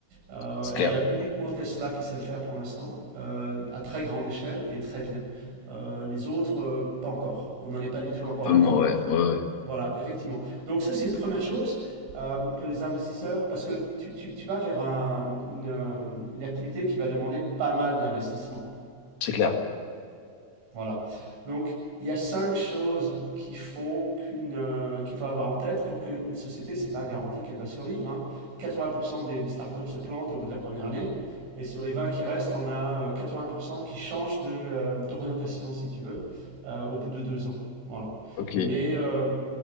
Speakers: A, on the right; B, on the left.
A: Euh,
B: c'est clair.
A: il y a uniquement Tesla qui sait le faire pour l'instant, euh, à très grande échelle et très bien. Euh, les autres, euh, pas encore. On n'en est pas du tout
B: Un
A: encore
B: peu
A: là.
B: moins, ouais, ouais, ouais.
A: Voilà, effectivement. Donc ça, c'est une première chose euh, que les investisseurs, parce que tu, tu- tu vas vers un- une, euh, une activité qui va demander pas mal d'investissement.
B: C'est clair.
A: Voilà. Donc, il y a cinq choses qui font qu'une, euh, qu'il faut avoir en tête pour qu'une société, c'est pas garanti qu'elle va survivre. hein. 80% des, des startups se plantent au bout de la première année. Et sur les 20 qui restent, on a euh, 80% qui changent de, euh, d'orientation, si tu veux, euh, au bout de deux ans. Voilà.
B: Ok.
A: Mais euh,